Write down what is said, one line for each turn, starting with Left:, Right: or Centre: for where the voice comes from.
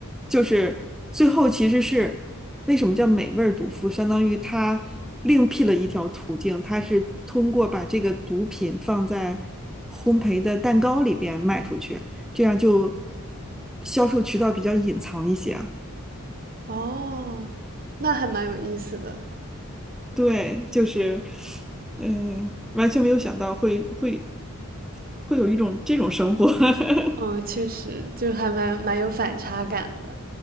Centre: 就是最后其实是为什么叫美味儿毒妇，相当于他另辟了一条途径，他是通过把这个毒品放在烘焙的蛋糕里边卖出去，这样就销售渠道比较隐藏一些。
Right: 哦，那还蛮有意思的。
Centre: 对，就是，嗯、完全没有想到会会会有一种这种生活。<laughs>
Right: 嗯，确实，就还蛮蛮有反差感的。